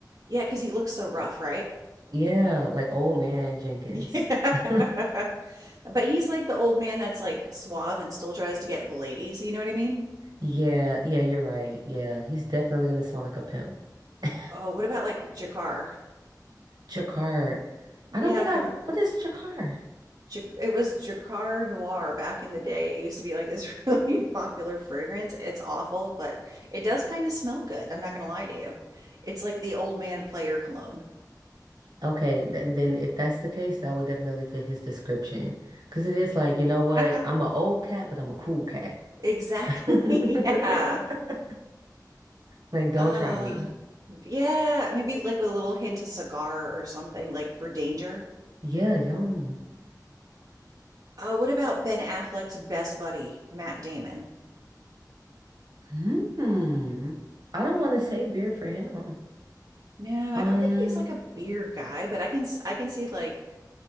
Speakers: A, on the right (about 50°); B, on the right (about 70°).
A: Yeah, because he looks so rough, right?
B: Yeah, like old man Jenkins.
A: Yeah.
B: <laughs>
A: <laughs> But he's like the old man that's like suave and still tries to get with the ladies. You know what I mean?
B: Yeah, yeah, you're right. Yeah, he's definitely gonna smell like a pimp. <laughs>
A: Oh, what about like Jakar?
B: Jakar.
A: Yeah,
B: I don't think
A: from
B: I've, what is Jakar?
A: Ja- it was Jakar Noir back in the day. It used to be like this <laughs> really popular fragrance. It's awful, but it does kind of smell good. I'm not gonna lie to you. It's like the old man player cologne.
B: Okay, then then if that's the case, that would definitely fit his description. Because it is like, you know what?
A: <laughs>
B: I'm an old cat, but I'm a cool cat.
A: Exactly.
B: <laughs>
A: <laughs> Yeah.
B: Like, don't
A: Uh,
B: try me.
A: yeah, maybe like with a little hint of cigar or something, like for danger.
B: Yeah, yum.
A: Oh, what about Ben Affleck's best buddy, Matt Damon?
B: Hmm. I don't want to say beer for him.
A: No, I
B: Um,
A: don't think he's like a beer guy, but I can I can see like